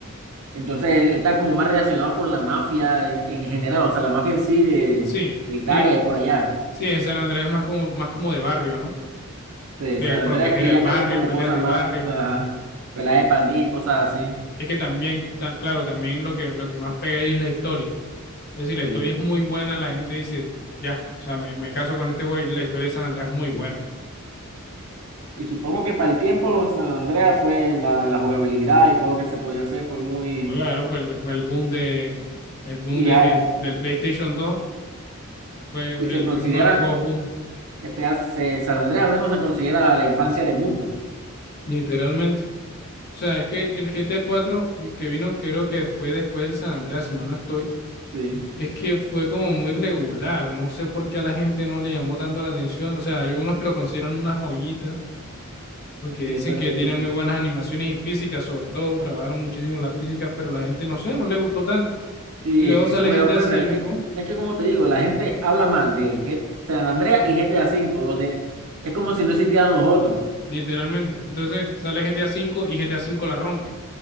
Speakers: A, on the right; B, on the left.
A: Entonces él está como más relacionado con la mafia en, en general, o sea, la mafia en sí de,
B: sí.
A: de Italia
B: Es que-
A: y por allá.
B: Sí, en San Andrés es más como, más como de barrio, ¿no?
A: De
B: Eh,
A: San Andrés,
B: proteger
A: que
B: el
A: ya
B: barrio,
A: meten como
B: peleas
A: cosas
B: de
A: más,
B: barrio.
A: ajá, peladas de pandilla y cosas así.
B: Es que también, ta- claro, también lo que, lo que más pega ahí es la historia. Entonces, si la
A: Sí.
B: historia es muy buena, la gente dice, ya, o sea, me, me caso con este güey, la historia de San Andreas es muy buena.
A: Y supongo que para el tiempo San Andrés fue la, la jugabilidad y todo lo que se podía hacer fue muy...
B: Claro, fue el, fue el boom de, el boom
A: Y,
B: de,
A: ja-
B: eh, del PlayStation dos fue
A: y se
B: el,
A: considera,
B: uno de los juegos boom,
A: que te hace, San Andrés al menos se considera la infancia de muchos.
B: literalmente. O sea, es que el GTA cuatro vi- que vino, creo que fue después del San Andreas, si mal no estoy,
A: Sí,
B: es que fue como muy regular, no sé por qué a la gente no le llamó tanto la atención, o sea, hay algunos que lo consideran una joyita porque dicen
A: de eso he
B: que
A: visto.
B: tiene muy buenas animaciones y físicas, sobre todo, trabajaron muchísimo las físicas, pero la gente no sé, no le gustó tanto.
A: Sí,
B: Y luego
A: es que
B: sale
A: eso me
B: GTA
A: he dado cuenta,
B: V,
A: es que, es que como te digo, la gente habla más de G- San Andreas y GTA V, los de, es como si no existieran los otros.
B: literalmente. Entonces sale GTA V y GTA V la rompen